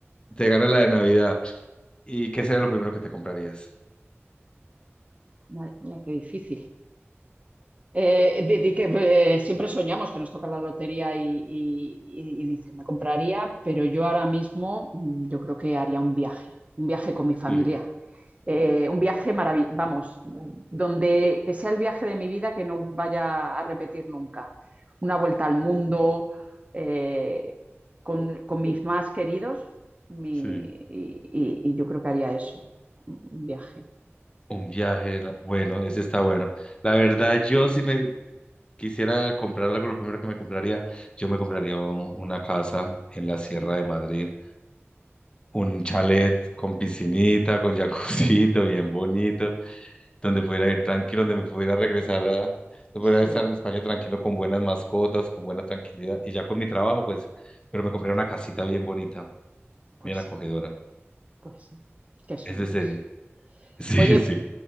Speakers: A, on the left (about 20°); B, on the right (about 30°).
A: Te ganas la de Navidad. ¿Y qué sería lo primero que te comprarías?
B: Madre mía, qué difícil. Eh, di- di que eh, siempre soñamos que nos toca la lotería y, y- y- y dices, me compraría, pero yo ahora mismo mm, yo creo que haría un viaje, un viaje con mi familia.
A: Sí,
B: Eh, un viaje maravilloso, vamos, mm, donde que sea el viaje de mi vida que no vaya a repetir nunca. Una vuelta al mundo eh, con, con mis más queridos mi-
A: sí.
B: y, y- y yo creo que haría eso, un un viaje.
A: Un viaje, la- bueno, ese está bueno. La verdad, yo si me quisiera comprar algo, lo primero que me compraría, yo me compraría un- una casa en la Sierra
B: Sí,
A: de Madrid, un chalet con piscinita, con <laughs> jacuzito bien bonito, donde pudiera ir tranquilo, donde me pudiera regresar a, donde pudiera
B: sí.
A: estar en España tranquilo con buenas mascotas, con buena tranquilidad y ya con mi trabajo, pues, pero me compré una casita bien bonita,
B: Pues
A: bien acogedora.
B: sí. Pues sí, qué sueños.
A: Es de serie. <laughs> Sí,
B: Oye,
A: sí.